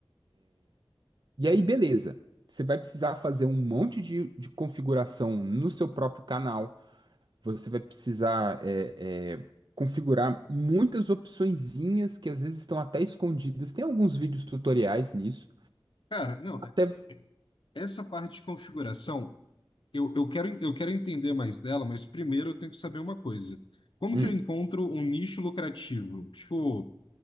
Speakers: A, on the right; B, on the left.
A: E aí, beleza. Você vai precisar fazer um monte de, de configuração no seu próprio canal. Você vai precisar é, é, configurar muitas opçõezinhas que às vezes estão até escondidas. Tem alguns vídeos tutoriais nisso.
B: Cara, não,
A: Até.
B: é- é, essa parte de configuração, eu, eu quero, eu quero entender mais dela, mas primeiro eu tenho que saber uma coisa. Como
A: Hum,
B: que eu encontro um nicho lucrativo? Tipo,